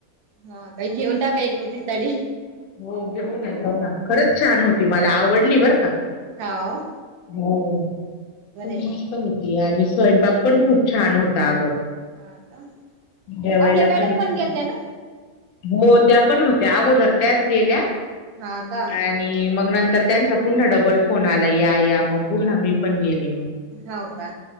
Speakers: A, on the right; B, on the left.
A: हा ताई घेऊन टाका एकोणतीस साडी
B: हो घेऊ ना घेऊ ना, खरंच छान होती मला आवडली बरं का.
A: हाव.
B: हो,
A: बरे
B: खूप मस् स्त होती आणि स्वयंपाक पण खूप छान होता अगं.
A: हा का,
B: जेवायला
A: आपल्या मॅडम पण
B: छान
A: गेलत्या ना?
B: हो, त्या पण होत्या अगोदर त्याच गेल्या.
A: हा का
B: आणि मग नं तर त्यांचा पुन्हा डबल फोन आला या या मग पुन्हा मी पण गेले म.
A: होव का